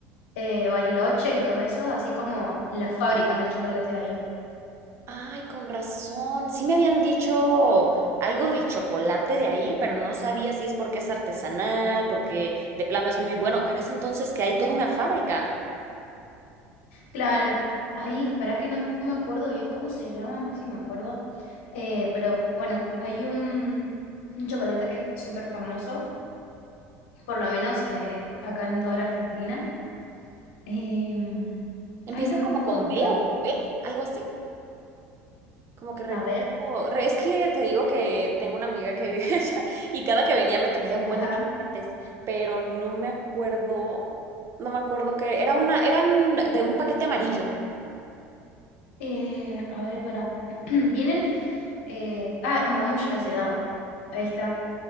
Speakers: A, on the left (about 80°); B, on the right (about 40°).
A: eh, Bariloche y todos esos, así como las fábricas de chocolate ahí.
B: Ay, con razón. Sí me habían dicho algo del chocolate de ahí, pero no sabía si es porque es artesanal, porque de plano es muy bueno, pero es entonces que hay toda una fábrica.
A: Claro, ahí, para que no me acuerdo bien cómo se llama, a ver si me acuerdo. Eh, pero bueno, hay un, un chocolate que es súper famoso, por lo menos eh, acá en toda la Argentina. Em,
B: Empieza
A: ay, no me
B: como
A: puedo
B: con
A: acordar.
B: B o con P, algo así. Como que recuerdo.
A: A ver,
B: re- Es que te digo que tengo una amiga que vive <laughs> allá y cada que venía me traía un
A: ajá.
B: buen de chocolates, pero no me acuerdo, no me acuerdo que era una, eran de un paquete amarillo.
A: Eh, a ver, para. <clears throat> Vienen. eh, ah, mamushka se llama. Ahí está.